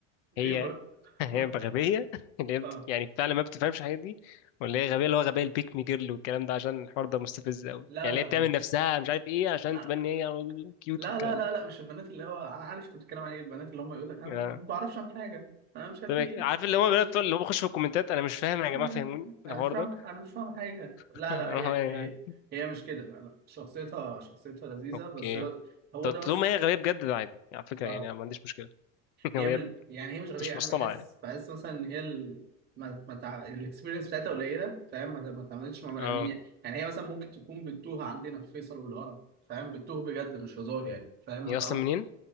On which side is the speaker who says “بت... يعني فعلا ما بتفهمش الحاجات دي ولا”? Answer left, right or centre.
Left